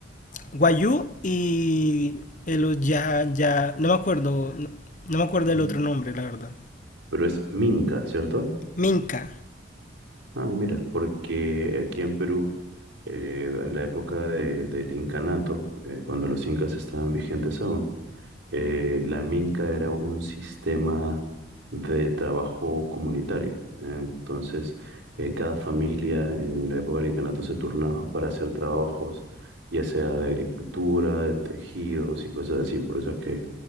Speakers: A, on the left; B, on the right.
A: Guayú y el ya, ya, no me acuerdo, no, no me acuerdo
B: Ujú.
A: el otro nombre, la verdad.
B: Pero es minca, ¿cierto?
A: Minca.
B: Ah, mira, porque aquí en Perú eh, en la época de- del incanato, eh, cuando los incas estaban vigentes aún, eh, la minca era un sistema de trabajo comunitario. Entonces, eh, cada familia en la época del incanato se turnaba para hacer trabajos, ya sea de agricultura, de tejidos y cosas así. Por eso es que